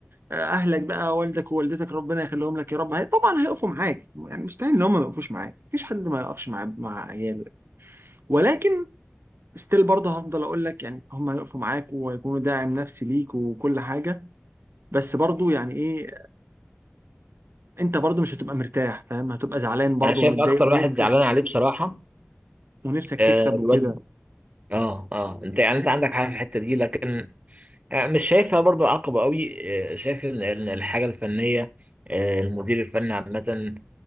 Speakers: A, on the right; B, on the right.
A: آه، اهلك بقى والدك ووالدتك ربنا يخليهم لك يا رب هي طبعا هيقفوا معاك يعني مستحيل ان هم ما يقفوش معاك مفيش حد ما يقفش مع مع عياله ولكن ستيل برضه هفضل اقول لك يعني هم هيقفوا معاك وهيكونوا داعم نفسي ليك وكل حاجه بس برضه يعني ايه انت برضه مش هتبقى مرتاح فاهم هتبقى زعلان برضه
B: انا شايف
A: ومتضايق
B: اكتر
A: ونفسك
B: واحد زعلان عليه بصراحه
A: ونفسك
B: آه
A: تكسب
B: الواد
A: وكده
B: اه اه انت يعني انت عندك حاجه في الحته دي لكن آه مش شايفها برضو عقبه قوي آه شايف ان إن الحاجه الفنيه آه المدير الفني عامه